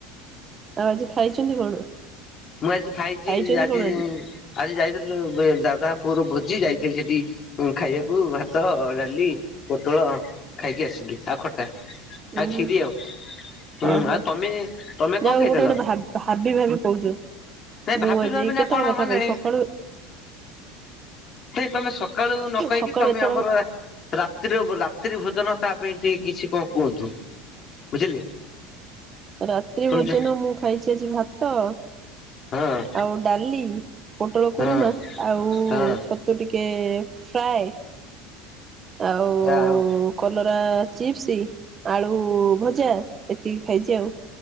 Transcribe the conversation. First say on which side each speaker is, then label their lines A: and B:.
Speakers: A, on the right; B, on the left.
A: ଆଉ ଆଜି ଖାଇଛନ୍ତି କଣ?
B: ମୁଁ ଆଜି ଖାଇଛି
A: ଖାଇଛନ୍ତି
B: ଆଜି
A: କଣ
B: ଆଜି ଯାଇଥିଲି ଅ ଏ ଦାଦା ପୁଅର ଭୋଜି ଯାଇଥିଲି ସେଠିକି। ହଁ ଖାଇବାକୁ ଭାତ ଡାଲି ପୋଟଳ ଖାଇକି ଆସିଲି ଆଉ ଖଟା। ଆଉ
A: ଉଁ
B: କ୍ଷୀରି
A: ହୁଁ
B: ଆଉ ହୁଁ।
A: ଓହୋ
B: ଆଉ ତମେ ତମେ
A: ଯାହାହଉ
B: କଣ ଖାଇଥିଲ?
A: ଗୋଟେ ଗୋଟେ ଭାବି ଭାବି ଭାବି କହୁଛ।
B: ନାଇଁ
A: ମୁଁ
B: ଭାବି
A: ଆଜି
B: ଭାବି
A: କେତେବେଳେ
B: ନା କଣ
A: କଥା
B: ମାନେ
A: କହିବି ସକାଳୁ
B: ନାଇଁ ତମେ ସକାଳୁ ନ କହିକି
A: ସକାଳୁ
B: ତମେ
A: ଏତେବେଳେ
B: ଆମର ରାତ୍ରିର ରାତ୍ରି ଭୋଜନ ତା ପାଇଁ ଟିକେ କିଛି କଣ କୁହନ୍ତୁ ବୁଝିଲେ।
A: ରାତ୍ରି
B: ଶୁଣିଛ
A: ଭୋଜନ ମୁଁ ଖାଇଛି ଆଜି ଭାତ
B: ହଁ।
A: ଆଉ ଡାଲି ପୋଟଳ କୁରୁମା
B: ହଁ
A: ଆଉ
B: ହଁ
A: ଛତୁ ଟିକେ ଫ୍ରାଏ। ଆଉ
B: ଯାହା ହଉ
A: କଲରା ଚିପ୍ସ। ଆଳୁ ଭଜା ଏତିକି ଖାଇଚି ଆଉ।